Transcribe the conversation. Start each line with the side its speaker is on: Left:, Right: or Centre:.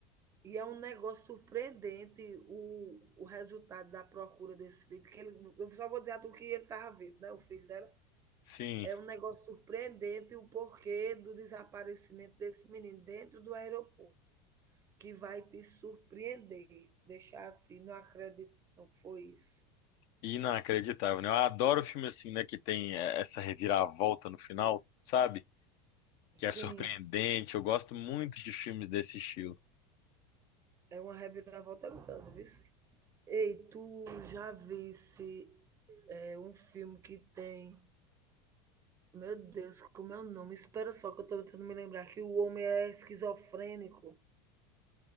Right: E é um negócio surpreendente o, o resultado da procura desse filho. Que ele, eu só vou dizer a tu que ele estava vivo, né? O filho dela.
Left: Sim.
Right: É um negócio surpreendente o porquê do desaparecimento desse menino dentro do aeroporto, que vai te surpreender, deixar assim, não acredito, não foi isso.
Left: Inacreditável, né? Eu adoro filme assim, né? Que tem eh, essa reviravolta no final, sabe? que é
Right: Sim,
Left: surpreendente. Eu gosto muito de filmes desse estilo.
Right: é uma reviravolta grande, viu? Ei, tu já visse é, um filme que tem Meu Deus, como é o nome? Espera só que eu tô tentando me lembrar que o homem é esquizofrênico.